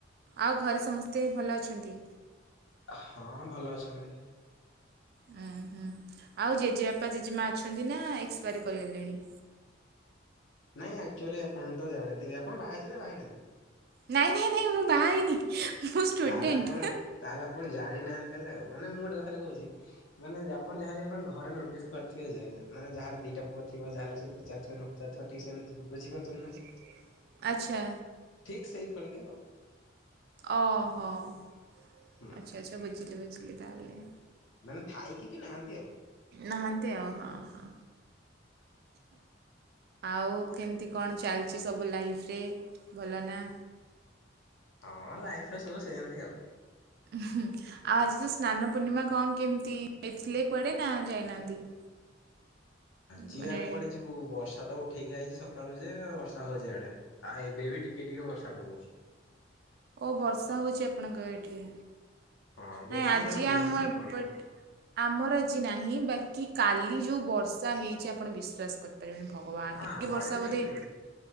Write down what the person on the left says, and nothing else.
ହଁ ଭଲ ଅଛନ୍ତି।
ନାଇଁ ଆକ୍ଚୁଆଲି ଆପଣ ତ ଜାଣିଥିବେ ଆପଣ ବାହା ହେଇଛନ୍ତି ନା ବାହା ହେଇନାହାନ୍ତି?
ତାହେଲେ ଆପଣ ତାହେଲେ ଆପଣ ଜାଣିନାହାନ୍ତି ତାହେଲେ ଆଉ ମାନେ ମୁଁ ଗୋଟେ କଥାଟେ କହୁଚି ମାନେ ଆପଣ ଯାହାଲେ ଆ ଘରେ ନୋଟିସ୍ କରିଥିବେ ଯେ, ମାନେ ଯାହାର ଦିଟା ପୁଅ ଥିବ ଯାହାଲେ ସିଏ ପଚାରୁଥିବ ନ ପଚାରୁଥିବ ସେମିତି ବଝିପାରୁଛନ୍ତି ନା।
ଠିକ୍ ସେଇପରିକା ଆଉ
ହୁଁ
ମାନେ ଥାଇକି ବି ନାହାନ୍ତି ଆଉ।
ହଁ ଲାଇଫରେ ସବୁ ସେମତି ଆଉ।
କିଏ
ଆଉ କୁଆଡେ ଯିବୁ ବର୍ଷା ତ ଉଠେଇକି ଆଇଛି ସ କାଳୁ ଯେ ବର୍ଷା ହଉଛି ଇଆଡ଼େ ଆଉ ଏବେ ବି ଟିକେ ଟିକେ ବର୍ଷା ପକଉଛି।
ହଁ ବେଶୀ
ଜୋର ଅବିକା
ନୁହଁ ଅଳ୍ପ
ଅଳ୍ପ ହଁ
ଆମ
ଆଡେ ବି
ଜୋର ହେଇଛି।